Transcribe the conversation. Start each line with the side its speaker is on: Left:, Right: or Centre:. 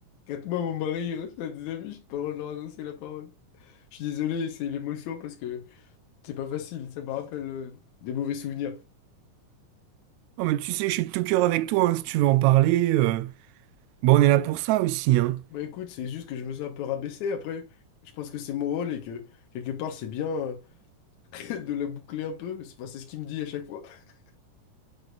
Left: quand moi, mon mari il reçoit des amis, j'ai pas le droit de leur adresser la parole. Je suis désolé, c'est l'émotion parce que c'est pas facile, ça me rappelle euh, des mauvais souvenirs.
Right: Oh, mais tu sais, je suis de tout cœur avec toi, hein, si tu veux en parler. euh. Bon, on est là pour ça aussi, hein.
Left: Bah écoute, c'est juste que je me suis un peu rabaissé. Après, je pense que c'est mon rôle et que quelque part, c'est bien euh, <laughs> de la boucler un peu. C'est- Enfin, c'est ce qu'il me dit à chaque fois. <laughs>